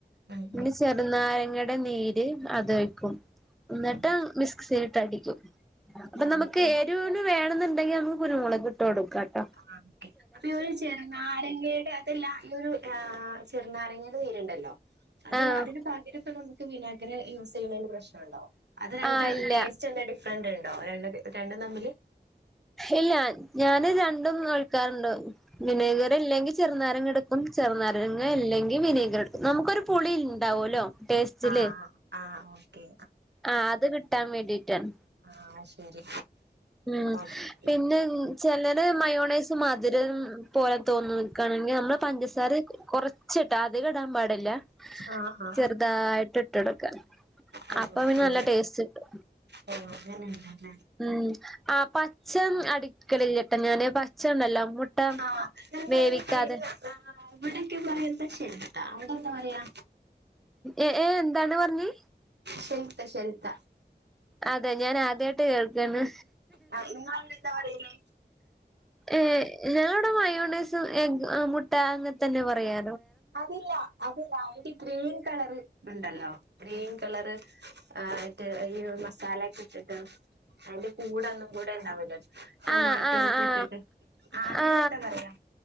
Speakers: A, on the right; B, in the centre.
A: ഉം
B: പിന്നെ
A: ഉം
B: ചെറുനാരങ്ങഡയുടെ നീര് അത് വയ്ക്കും എന്നിട്ട്
A: ഉം
B: മിക്സ്യിൽ യിട്ട അടിക്കും അപ്പൊ നമുക്ക്
A: ഓക്കെ അപ്പൊ
B: എരിവിന് വേണ എന്നുണ്ടെങ്കിൽ നമക്ക് കുരുമുളക് ഇട്ടു കൊടുക്ക കേട്ടോ
A: ആ അപ്പൊ ചെറു നാരങ്ങയുടെ ഇല്ല ഈ ഒരു ചെറുനാരങ്ങയുടെ പേരുണ്ടല്ലോ അത്
B: ആഹ്
A: അതിന്റെ പാക്യരൊക്കെ നമ വിനഗിരി യൂസ് ചെയ്യുന്ന പ്രശ്ന ഉണ്ടാവും അത് രണ്ടു
B: ആഹ് ഇല്ല
A: ടെസ്റ്റ്‌ ച്ചു എടുക്കാനുണ്ടോ രണ്ട് രണ്ടും തമ്മില്
B: ഇല്ല ഞാന് രണ്ടും നോൽകാറുണ്ട് വിനേഗർ ഇല്ലെങ്കിൽ ചെറുനാരങ്ങ എടുക്കും ചെറുനാരങ്ങ അല്ലെങ്കിൽ വിനേഗർ എടുക്കും നമുക്കൊരു പുളി ഉണ്ടാവുമല്ലോ ടേസ്റ്റില്
A: ആ ആ ഓക്കെ
B: ആ അത് കിട്ടാൻ വേണ്ടിട്ടാണ്
A: ആഹ ശരി
B: ഉം
A: ഓക്കെ
B: പിന്നെ ചിലന് മയോണേസ് മധുരം പോലെ തോന്നും ക്കണെങ്കിൽ നമ്മള് പഞ്ചസാര കൊറച്ചിട്ടാ അതികിടാൻ പാടില്ല
A: ആ ആ
B: ചെറുതായിട്ട് ഇട്ടെടുക്ക
A: ആ
B: ആപ്പം
A: ഓക്കെ
B: പിന്നെ നല്ല ടേസ്റ്റ് കിട്ടും
A: ഓ അങ്ങെനെ ഉണ്ടല്ലേ
B: ഉം ആ പച്ച അടിക്കലില്ലട്ടെ ഞാന് പച്ച ഉണ്ടല്ലോ മുട്ട
A: ആ ന്റെ
B: വേവിക്കാതെ
A: പേര് ഇവിടെക്കെ പറയന്ത ഷെൽത്ത അവിടെ എന്താ പറയാ
B: ഏ ഏ എന്താണ് പറഞ്ഞേ
A: ശൽത്ത ശെൽത്ത
B: അതെ ഞാൻ ആദ്യമായിട്ട് കേൾക്കന്ന്
A: ആ, നിങ്ങളവിടെ എന്താ പറയല്
B: ഏ ഞവിടെ മയോണസും മുട്ട അങ്ങനെ തന്നെ പറയാ
A: അതില്ല അതല്ല അവി ഗ്രീൻ കളറ് ഉണ്ടല്ലോ ഗ്രീൻ കളർ ആ ആയിട്ട് ഈ മസാല ഒക്കെ ഇട്ടിട്ട് അതിന്റെ കൂട ഒന്നും കൂടെ ഉണ്ടാവല്ലോ ടൊമാറ്റോ
B: ആ ആ
A: ഒക്കെ
B: ആ
A: ഇട്ടിട്ട് അതിന്
B: ആ
A: എന്താ പറയാ